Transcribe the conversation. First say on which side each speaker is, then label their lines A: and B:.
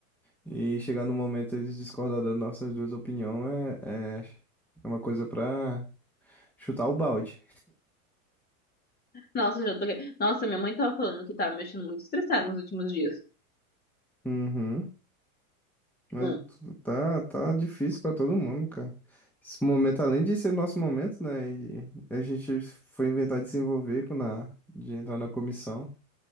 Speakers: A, in the centre; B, on the left (about 20°).
A: E chegar no momento eles discordar das nossas duas opiniões é, é, é uma coisa pra chutar o balde.
B: Nossa, já tô. aqui- Nossa, minha mãe tava falando que tava mexendo muito estressada nos últimos dias.
A: Uhum. Mas
B: Hum.
A: tá, tá difícil pra todo mundo, cara. Esse momento, além de ser nosso momento, né? E a gente foi inventar de se envolver com na, de entrar na comissão.